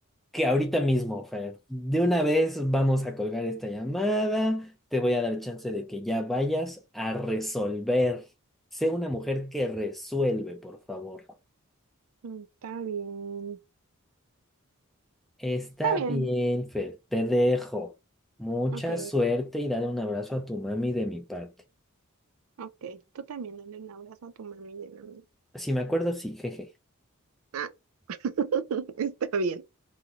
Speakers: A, in the centre; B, on the right (about 70°).
A: que ahorita mismo, Fer. De una vez vamos a colgar esta llamada. Te voy a dar chance de que ya vayas a resolver. Sé una mujer que resuelve, por favor.
B: "Mm, Está bien,
A: Está
B: está bien.
A: bien, Fer. Te dejo. Mucha
B: Ok,
A: suerte y dale un abrazo a tu mami de mi parte.
B: ok. Tú también dale un abrazo a tu mami de la mía.
A: Si me acuerdo, sí, jeje.
B: Ah, <laughs> está bien.